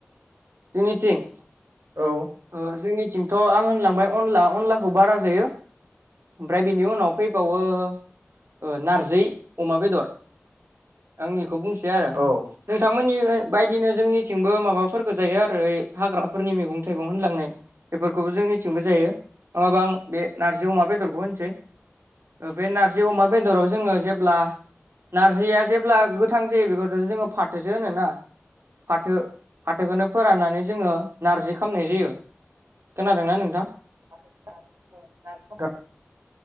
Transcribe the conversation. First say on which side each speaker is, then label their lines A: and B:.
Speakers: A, on the right; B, on the right.
A: जोंनिथिं?
B: औ
A: ओ जोंनिथिंथ' आं होनलांबाय अनला-अनलाखौ बारा जायो ओमफ्राय बिनि उनाव। फैबावो ओ नारजै। अमा बेदर आं इखौ बुंसै आरो
B: औ
A: नोंथां। मोननि बायदिनो जोंनिथिंबो माबाफोरखौ जायो आरो हाग्राफोरनि मैगं। लांनाय बेफोरखौबो जोंनिथिंबो जायो नङाबा आं बे नारजि अमा बेदरखौ होनसै। बे नारजि अमा बेदराव जोङो जेब्ला नारजिया जेब्ला गोद। थां जायो बेखौ जोङो फाथोसो होनो ना फाथो-फाथोखौनो फोराननानै। जोङो नारजि खामनाय जायो।
B: <inaudible>
A: खोनादोंना नोंथां